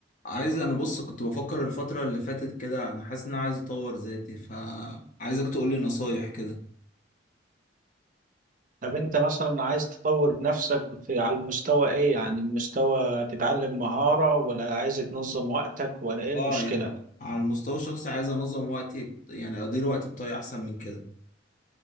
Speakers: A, on the left; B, on the right.
A: عايز انا بص كنت بفكر الفترة اللي فاتت كده انا حاسس ان انا عايز اطور ذاتي فعايزك تقول لي نصايح كده
B: طب انت مثلا عايز تطور نفسك في على المستوى ايه يعني المستوى تتعلم مهارة ولا عايز تنظم وقتك ولا ايه المشكلة
A: اه يعني على المستوى الشخصي عايز انظم وقتي بط- يعني ادير وقتي بطريقة احسن من كده